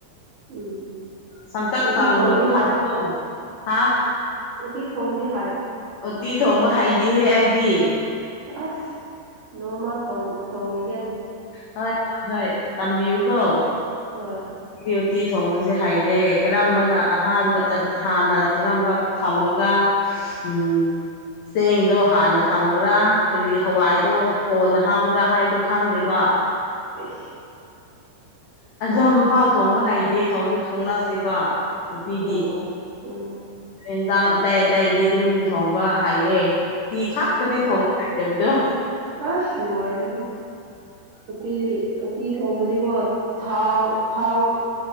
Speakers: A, on the right; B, on the left.
A: ꯎꯝ
B: ꯁꯥꯡꯇꯥꯛ
A: ꯎꯇꯤ
B: ꯆꯥꯡ
A: ꯊꯣꯡꯕꯗꯤ
B: ꯊꯥꯃꯤꯅꯣ ꯍꯥ
A: ꯎꯤ ꯊꯣꯡꯝꯗ
B: ꯎꯠꯇꯤ ꯊꯣꯡꯕ ꯍꯩꯗꯤꯍꯦ ꯑꯩꯗꯤ
A: ꯑꯁ ꯅꯣꯡꯃ ꯊꯣꯡ ꯊꯣꯡꯉꯤ
B: ꯍ ꯍꯣꯏ ꯍꯣꯏ ꯇꯝꯕꯤꯌꯨ ꯀꯣ
A: ꯍꯣꯏ
B: ꯎ ꯇꯤ ꯊꯣꯡꯕꯁꯦ ꯍꯩꯗꯦ ꯀꯔꯝꯕꯅ ꯑꯍꯥꯟꯕ ꯍꯥꯟꯅ ꯀꯔꯝꯕ ꯊꯝꯒꯗ꯭ꯔꯥ ꯎꯝ ꯆꯦꯡꯗꯣ ꯍꯥꯟꯅ ꯊꯝꯒ꯭ꯔꯥ ꯀꯔꯤ ꯍꯋꯥꯏꯗꯣ ꯀꯣꯟꯅ ꯍꯥꯞꯀꯗ꯭ꯔꯥ ꯍꯥꯏꯕꯗꯣ ꯈꯪꯗꯦ ꯋꯥ
A: ꯑ
B: ꯑꯣ ꯃꯐꯥꯎ ꯊꯣꯡꯕ ꯍꯩꯇꯦ ꯊꯣꯡꯁꯨ ꯊꯣꯡꯂꯛꯇꯦꯕ ꯄꯇꯤꯗꯤ
A: ꯑꯣ ꯎꯝ
B: ꯏꯟꯁꯥꯡ ꯑꯇꯥꯏ ꯑꯇꯇꯩꯗꯤ ꯑꯗꯨꯝ ꯊꯣꯡꯕ ꯍꯥꯏꯑꯦ ꯎꯇꯤ ꯈꯥꯛꯇꯅꯦ ꯊꯣꯡꯕ ꯍꯥꯏꯇꯕꯗꯣ
A: ꯍꯁ ꯂꯨꯔ ꯎ ꯇ ꯊꯣꯡꯃꯗꯤꯒꯣ ꯊꯥꯎ ꯊꯥꯎ